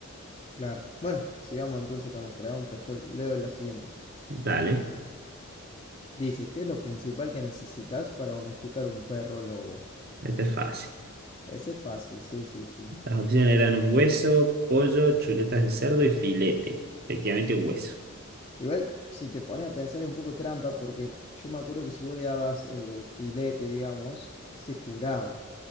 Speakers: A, on the left (about 25°); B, on the right (about 45°).
A: Claro. Bueno, sigamos entonces con las preguntas. Yo leo la siguiente.
B: Dale,
A: Dice, ¿qué es lo principal que necesitas para domesticar un perro lobo?
B: este es fácil.
A: Ese es fácil, sí, sí, sí.
B: Las opciones eran un hueso, pollo, chuletas de cerdo y filete. Efectivamente, un hueso.
A: Igual, si te pones a pensar es un poco trampa, porque yo me acuerdo que si vos le dabas el, el filete, digamos, se curaba.